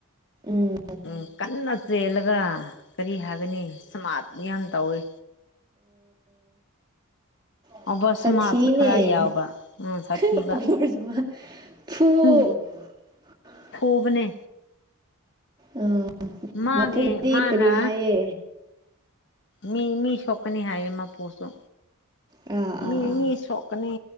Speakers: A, on the right (about 20°); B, on the left (about 55°).
A: ꯎꯝ
B: ꯎ ꯀꯟꯅ__ ꯆꯦꯜꯂꯒ ꯀꯔꯤ ꯍꯥꯏꯒꯅꯤ ꯁꯃꯥꯔꯠ ꯌꯥꯝ ꯇꯧꯋꯤ
A: ꯁꯥꯊꯤꯅꯦ___
B: ꯑꯣꯕ ꯁꯃꯥꯔꯠꯁꯨ ꯈꯔ ꯌꯥꯎꯕ
A: ꯐꯨꯋꯣ꯫
B: ꯎꯝ ꯁꯥꯊꯤꯕ
A: ꯎ
B: ꯎꯝ ꯐꯨꯕꯅꯦ
A: ꯎꯝ
B: ꯃꯥꯒꯤ
A: ꯃꯄꯨꯗꯤ
B: ꯃꯥꯅ
A: ꯀꯔꯤ ꯍꯥꯏꯌꯦ꯫
B: ꯃꯤ ꯃꯤ ꯁꯣꯛꯀꯅꯤ ꯍꯥꯏꯌꯦ ꯃꯄꯨꯁꯨ
A: ꯑꯥ ꯑꯥ
B: ꯃꯤ
A: ꯑꯥ
B: ꯃꯤ ꯁꯣꯛ ꯀꯅꯤ